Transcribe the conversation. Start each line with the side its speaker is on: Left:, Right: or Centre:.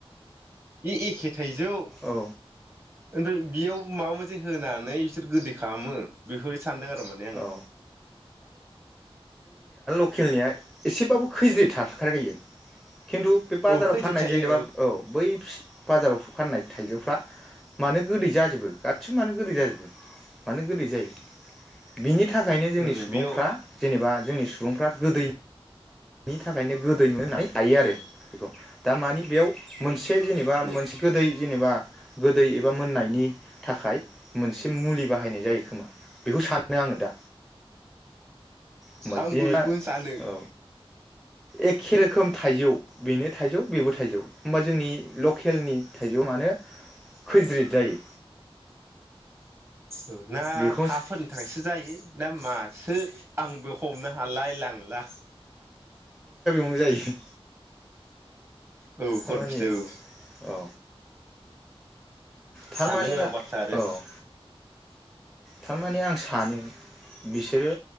Right: इ एखे थायजौ
Centre: औ
Right: ओमफ्राय बेयाव माबा मोनसे होनानै बिसोर गोदै खालामो बेफोरबादि सानदों आरो माने आं।
Centre: औ लखेलनिया एसेबाबो खैज्रिथ थाथारखायो। खिन्थु बे बाजाराव
Right: औ खैजोब
Centre: फाननाय
Right: थायो
Centre: जेनेबा औ बै बाजाराव फाननाय थाइजौफ्रा मानो गोदै जाजोबो गासिबो मानो गोदै जाजोबो। मानो गोदै जायो बि नि थाखायनो जोंनि
Right: उम
Centre: सुबुंफ्रा
Right: बेयाव
Centre: जेनेबा जोंनि सुबुंफ्रा गोदै बिनि थाखायनो गोदैनो होननै हायो आरो। दा मानि बेयाव मो बे जेनेबा
Right: औ
Centre: मोनसे गोदै जेनेबा गोदै एबा मोननायनि थाखाय मोनसे मुलि बाहायनाय जायो खोमा बेखौ सानो आङो दा। होमबा
Right: आंबो
Centre: जेनेबा
Right: बेखौनो सानो।
Centre: औ एखे रोखोम थाइजौ बेनो थाइजौ बेबो थाइजौ होमबा जोंनि लकेलनि थाइजौ मानो खोज्रिद जायो?
Right: ओ ना
Centre: बेखौ
Right: हाफोरनि थाखायसो जायो ना मा? सो आंबो हमनो हालाय लांला।
Centre: नो जायो।
Right: ओ औ
Centre: थारमाने
Right: कनपिउज औ।
Centre: औ थारमाने
Right: सान्नो गोनां
Centre: औ
Right: बाथ्रा आरो <inaudible>
Centre: थारमाने आं सानो बिसोरो